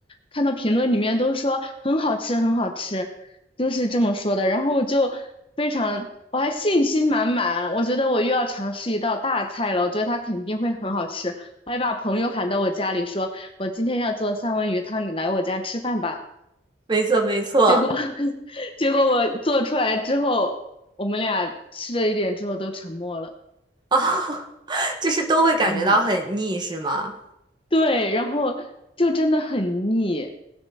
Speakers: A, on the left; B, on the right.
A: 看到评论里面都说很好吃，很好吃，就是这么说的。然后我就非常，我还信心满满，我觉得我又要尝试一道大菜了，我觉得它肯定会很好吃。我还把朋友喊到我家里说，我今天要做三文鱼汤，你来我家吃饭吧。
B: 没错没错。
A: 结果 <laughs> 结果我做出来之后，我们俩吃了一点之后都沉默了。
B: 哦，<laughs> 就是都会感觉到很腻，
A: 嗯，
B: 是吗？
A: 对，然后就真的很腻，